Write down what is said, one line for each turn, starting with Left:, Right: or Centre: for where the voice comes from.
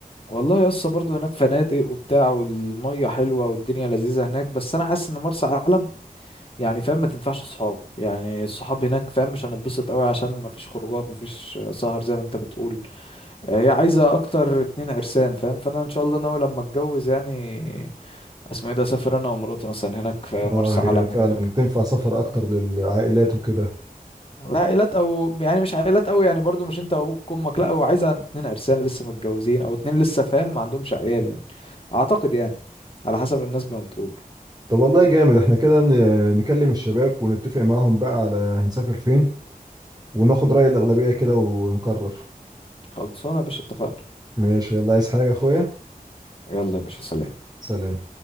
Left: والله لسه برضو هناك فنادق وبتاع والمية حلوة والدنيا لذيذة هناك بس انا حاسس ان مرسى علم يعني فاهم ما تنفعش صحاب يعني الصحاب هناك فاهم مش هنتبسط قوي عشان ما فيش خروجات ما فيش سهر زي ما انت بتقول آه، هي عايزة اكتر اتنين عرسان فاهم فانا ان شاء الله ناوي لما اتجوز يعني آه، اسمه ايه ده اسافر انا ومراتي مثلا هناك في
Right: اه
Left: مرسى علم
Right: هي فعلا
Left: هناك
Right: تنفع سفر اكتر للعائلات وكده
Left: لا عائلات او يعني مش عائلات قوي يعني برضو مش انت وابوك وامك لا هو عايزه اتنين عرسان لسه متجوزين او اتنين لسه فاهم ما عندهمش عيال يعني اعتقد يعني على حسب الناس ما بتقول
Right: طب والله جامد احنا كده ن- نكلم الشباب ونتفق معاهم بقى على هنسافر فين وناخد رأي الأغلبية كده ونقرر
Left: خلصونا يا باشا اتفقنا
Right: ماشي يلا عايز حاجة يا اخويا
Left: يلا يا باشا سلام
Right: سلام